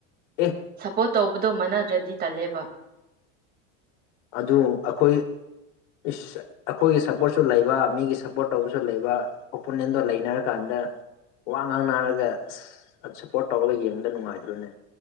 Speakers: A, on the left (about 65°); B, on the right (about 25°).
A: ꯑꯦ
B: ꯁꯞꯄꯣꯔꯠ ꯇꯧꯕꯗꯣ ꯃꯥꯟꯅꯗ꯭ꯔꯗꯤ ꯇꯜꯂꯦꯕ
A: ꯑꯗꯨ ꯑꯩꯈꯣꯏ ꯑꯩꯈꯣꯏꯒꯤ ꯁꯞꯄꯣꯔꯠꯁꯨ ꯂꯩꯕ ꯃꯤꯒꯤ ꯁꯞꯄꯣꯔꯠ ꯇꯧꯕꯁꯨ ꯂꯩꯕ ꯑꯣꯄꯣꯅꯦꯟꯗꯣ ꯂꯩꯅꯔꯀꯥꯟꯗ ꯋꯥ ꯉꯥꯡꯅꯔꯒ ꯁꯞꯄꯣꯔꯠ ꯇꯧꯔꯒ ꯌꯦꯡꯕꯗ ꯅꯨꯡꯉꯥꯏꯗꯨ꯭ꯔꯅꯦ